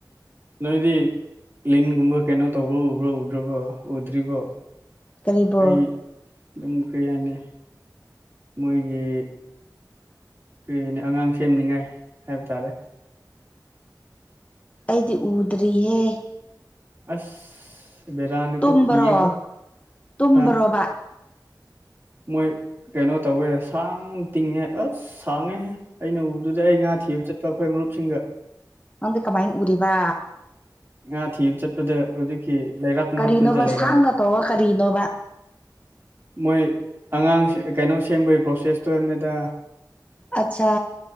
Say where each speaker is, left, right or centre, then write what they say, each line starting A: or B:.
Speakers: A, on the right; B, on the left.
A: ꯅꯣꯏꯗꯤ ꯂꯤꯟꯒꯨꯝꯕ ꯀꯩꯅꯣ ꯇꯧꯕ ꯎꯕ꯭ꯔꯥ ꯎꯈ꯭ꯔꯕ ꯎꯗ꯭ꯔꯤꯕꯣ
B: ꯀꯔꯤꯕꯣ
A: ꯑꯩ ꯑꯗꯨꯝ ꯀꯩ ꯍꯥꯏꯅꯤ ꯃꯣꯏꯒꯤ ꯀꯔꯤꯅ ꯑꯉꯥꯡ ꯁꯦꯝꯅꯤꯡꯉꯥꯏ ꯍꯥꯏꯕ ꯇꯥꯔꯦ
B: ꯑꯩꯗꯤ ꯎꯗ꯭ꯔꯤꯍꯦ
A: ꯑꯁ ꯕꯦꯔꯥꯅꯤꯀꯣ
B: ꯇꯨꯝꯕꯔꯣ
A: ꯀꯤꯌꯦꯀꯣ
B: ꯇꯨꯝꯕꯔꯣꯕ
A: ꯍꯥ ꯃꯣꯏ ꯀꯩꯅꯣ ꯇꯧꯌꯦ ꯁꯥꯡꯅ ꯇꯤꯡꯉꯦ ꯑꯁ ꯁꯥꯡꯉꯦꯍꯦ ꯑꯩꯅ ꯎꯗꯨꯗ ꯑꯩ ꯉꯥ ꯊꯤꯕ ꯆꯠꯄ ꯑꯩꯈꯣꯏ ꯃꯔꯨꯞꯁꯤꯡꯒ
B: ꯑꯟꯗꯤ ꯀꯃꯥꯏ ꯎꯔꯤꯕ
A: ꯉꯥ ꯊꯤꯕ ꯆꯠꯄꯗ ꯍꯧꯖꯤꯛꯀꯤ ꯂꯩꯔꯛ ꯃꯔꯛꯇꯨꯗ
B: ꯀꯔꯤꯅꯣꯕ
A: ꯂꯩꯔꯝꯕ
B: ꯁꯥꯡꯅ ꯇꯧꯔ ꯀꯔꯤꯅꯣꯕ
A: ꯃꯣꯏ ꯑꯉꯥꯡꯁꯦ ꯀꯩꯅꯣ ꯁꯦꯝꯕꯒꯤ ꯄ꯭ꯔꯣꯁꯦꯁꯇꯣꯅꯤꯗ
B: ꯑꯠꯁꯥ